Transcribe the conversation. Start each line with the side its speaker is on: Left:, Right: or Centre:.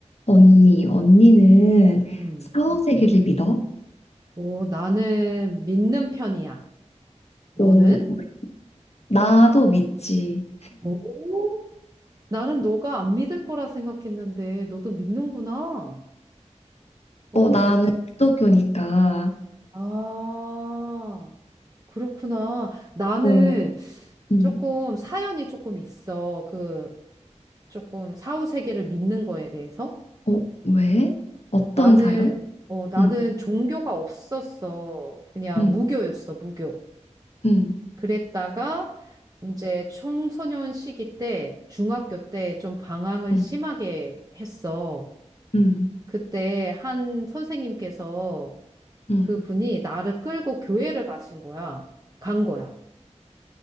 Left: 언니, 언니는
Right: 음. 음.
Left: 사후세계를 믿어?
Right: 오, 나는 믿는 편이야. 너는?
Left: 오, 나도 믿지.
Right: 오, 나는 너가 안 믿을 거라 생각했는데 너도 믿는구나. 어,
Left: 어, 나는
Right: 너-
Left: 기독교니까.
Right: 아, 그렇구나. 나는
Left: 어, 음,
Right: 조금 사연이 조금 있어. 그 조금 사후 세계를 믿는 거에 대해서.
Left: 어, 왜? 어떤
Right: 나는
Left: 사연?
Right: 어, 나는
Left: 음,
Right: 종교가 없었어. 그냥
Left: 음,
Right: 무교였어, 무교.
Left: 음,
Right: 그랬다가 이제 청소년 시기 때 중학교 때 좀 방황을
Left: 음,
Right: 심하게 했어.
Left: 응,
Right: 그때 한 선생님께서
Left: 응.
Right: 그분이 나를 끌고 교회를 가신 거야. 간 거야.